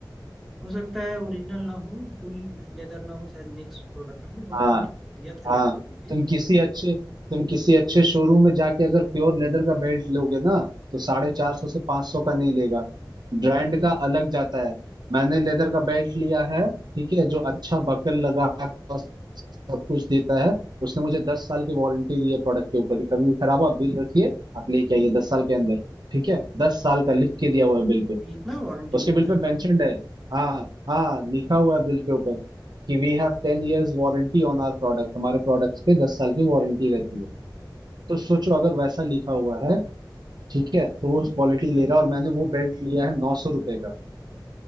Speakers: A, in the centre; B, on the right.
A: हो सकता है ओरिजिनल ना हो फुल लेदर ना हो शायद मिक्स प्रोडक्ट हो वन
B: हाँ
A: फिफ्टी में तो दिया था
B: हाँ
A: लेदर बोल के
B: तुम किसी अच्छे तुम किसी अच्छे शोरूम में जाके अगर प्योर लेदर का बेल्ट लोगे ना तो साढ़े चार
A: हाँ
B: सौ से पांच सौ का नहीं लेगा ब्रांड का अलग जाता है मैंने लेदर का बेल्ट लिया है ठीक है जो अच्छा बकल लगा और सब कुछ देता है उसने मुझे दस साल की वारंटी दी है प्रोडक्ट के ऊपर कि कभी भी खराब हो आप बिल रखिए आप लेके आइए दस साल के अंदर ठीक है दस साल का लिख के दिया हुआ है बिल पे
A: इतना वारंटी
B: उसके
A: मिलता
B: बिल पे
A: है उसमें
B: मेंशन्ड है हाँ हाँ लिखा हुआ है बिल के ऊपर कि we have टेन इयर्स warranty on our product हमारे प्रोडक्ट्स पे दस साल की वारंटी रहती है तो सोचो अगर वैसा लिखा हुआ है ठीक है तो वो क्वालिटी
A: ठीक है
B: ले रहा है और मैंने वो बेल्ट लिया है नौ सौ रुपए का